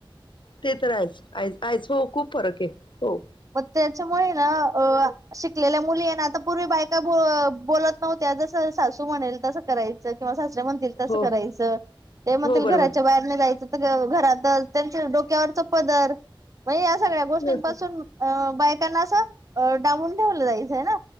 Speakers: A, on the left; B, on the right.
A: ते तर आहेच. आहेच आहेत हो. खूप फरके हो.
B: म त्याच्यामुळे ना अ शिकलेल्या मुलीये ना आता पूर्वी बायका बोलत नव्हत्या. जसं सासू म्हणेल तसं करायचं. किंवा सासरे म्हणतील तस
A: हो,
B: करायच. ते म्हणतील
A: हो,
B: घराच्या
A: बरोबर.
B: बा जायचं तर घरातच त्यांच डोक्यावरच पदर म्हणजे या सगळ्या गोष्टींपासून
A: हं, हं.
B: अ बायकांना असं डावून ठेवलं जायचं ना?